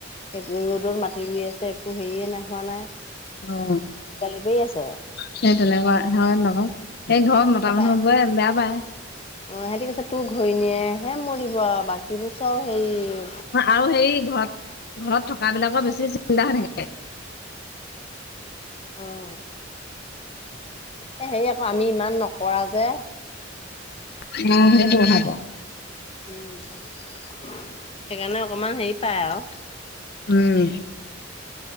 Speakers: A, on the left; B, on the left.
A: এ-এই ৰ'দত মাটি ৰুই আছে একো হেৰিয়ে নে হোৱা নাই।
B: অ
A: গালি পাৰি আছে।
B: সেই তেনেকুৱা হয়তোন আক' সেই ঘৰত মতা
A: তাৰপা
B: মানুহ বোৰে বেয়া পায়।
A: অ', সেহেতি কৈছে তোৰ ঘইণীহে মৰিব আৰু বাকীবোৰ চব হেৰি
B: আৰু হেৰি ঘৰত ঘৰত থকা বিলাকৰ বেছি চিন্তা হৈ থাকে।
A: অ'। এ হেৰি আকৌ আমি ইমান নকৰা যে।
B: <unintelligible> সেইটো কথাটো।
A: উম, সেইকাৰণে অকণমান হেৰি পাই আৰু।
B: উম,